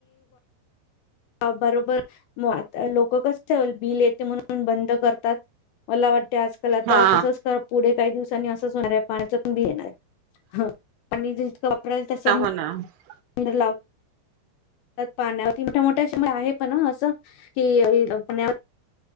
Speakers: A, on the left; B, on the right.
A: बरोबर आ लोक कसं बिल येते म्हणून बंद करतात. मला वाटतें आज काल आता
B: हा
A: तसंच पुढे काही दिवसांनी असंच होणार आहे पाण्याच पण कमी येणार आहे. आणि जसं कपडेल तसं
B: ह ना <unintelligible>
A: पंधरलाव <unintelligible> पाण्यावरती मोठ्या मोठ्या श आहे पण असं किण्या <unintelligible>